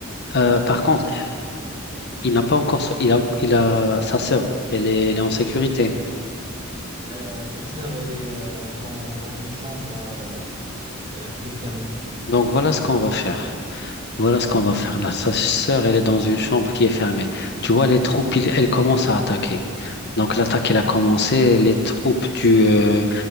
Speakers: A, on the left; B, on the right.
A: Euh, par contre, il n'a pas encore, sau- il a, il a sa sœur. Elle est, elle est en sécurité.
B: Euh, sa sœur, elle est euh, dans, dans une chambre euh, euh, qui est fermée.
A: Donc voilà ce qu'on va faire. Voilà ce qu'on va faire là. Sa sœur, elle est dans une chambre qui est fermée. Tu vois, les troupes, ils- elles commencent à attaquer. Donc l'attaque, elle a commencé. Les troupes, tu, euh,